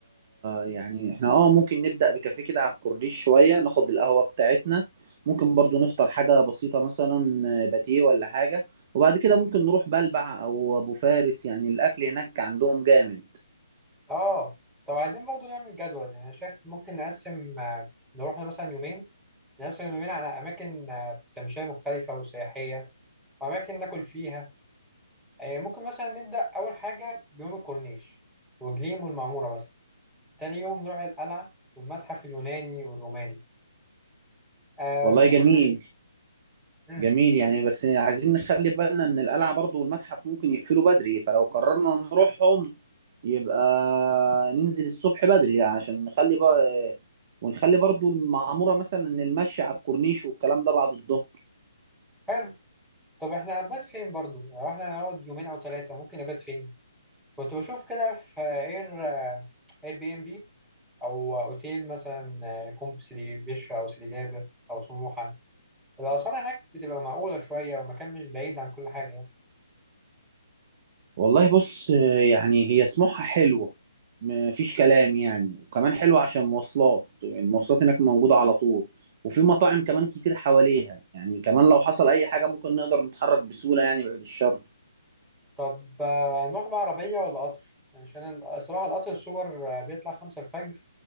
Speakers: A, on the right; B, in the centre.
A: يعني احنا اه ممكن نبدأ بكافيه كده على الكورنيش شوية ناخد القهوة بتاعتنا ممكن برضو نفطر حاجة بسيطة مثلا آه، باتيه ولا حاجة وبعد كده ممكن نروح بلبع أو أبو فارس يعني الأكل هناك عندهم جامد
B: اه طب عايزين برضو نعمل جدول يعني انا شايف ممكن نقسم آه، نروح مثلا يومين نقسم اليومين على اماكن آه، تمشيه مختلفه وسياحيه واماكن ناكل فيها آه، ممكن مثلا نبدا اول حاجه بيوم الكورنيش وجليم والمعموره مثلا تاني يوم نروح القلعه والمتحف اليوناني والروماني آم،
A: والله جميل
B: مم،
A: جميل يعني بس عايزين نخلي بالنا ان القلعة برضو والمتحف ممكن يقفلوا بدري فلو قررنا نروحهم يبقى ننزل الصبح بدري عشان نخلي بقى ونخلي برضو المعمورة مثلا ان المشي على الكورنيش والكلام ده بعد الظهر
B: حلو طب احنا هنبات فين برضو يعني لو احنا هنقعد يومين او ثلاثه ممكن نبات فين كنت بشوف كده في اير اير بي ام بي او اوتيل مثلا يكون في سيدي بشر او سيدي جابر او سموحه الاسعار هناك بتبقى معقوله شويه والمكان مش بعيد عن كل حاجه
A: والله بص يعني هي سموحة حلوة مفيش كلام يعني وكمان حلوة عشان مواصلات يعني المواصلات هناك موجودة على طول وفي مطاعم كمان كتير حواليها يعني كمان لو حصل اي حاجة ممكن نقدر نتحرك بسهولة يعني بعد الشر
B: طب آه، نروح بعربيه ولا قطر عشان ال- الصراحه القطر السوبر آه، بيطلع خمسة الفجر